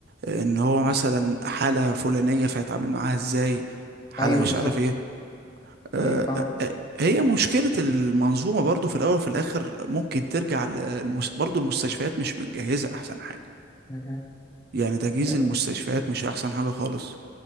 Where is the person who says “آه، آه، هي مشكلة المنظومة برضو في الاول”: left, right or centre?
Right